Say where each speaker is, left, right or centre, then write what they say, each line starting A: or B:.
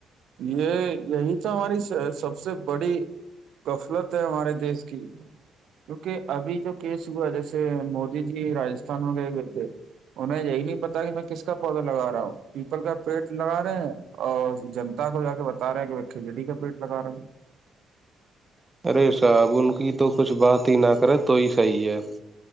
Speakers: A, on the right (about 75°); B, on the right (about 20°).
A: یہ یہی تو ہماری سب سے بڑی غفلت ہے ہمارے دیش کی کیونکہ ابھی جو کیس ہوا جیسے مودی جی راستھان میں گئے ہوئے تھے انہیں یہی نہیں پتا کہ میں کس کا پودا لگا رہا ہوں پیپل کا پیٹ لگا رہے ہیں اور جنتا کو جا کے بتا رہے ہیں کہ کھچڑی کا پیٹ لگا رہے ہیں
B: ارے صاحب ان کی تو کچھ بات ہی نہ کرے تو ہی صحیح ہے